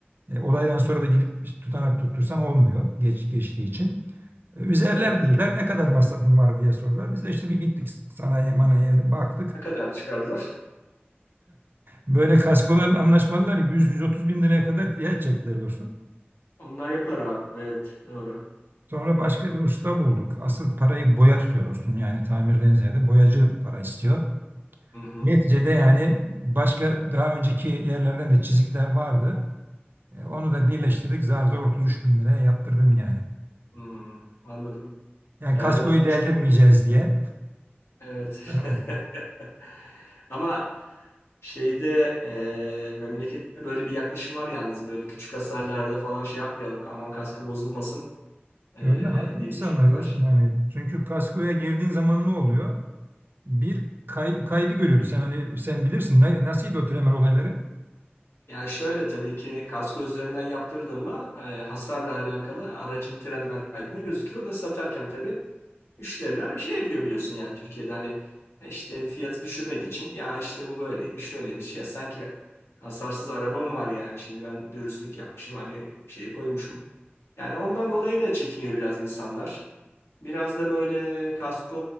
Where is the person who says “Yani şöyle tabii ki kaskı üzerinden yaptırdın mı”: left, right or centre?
Left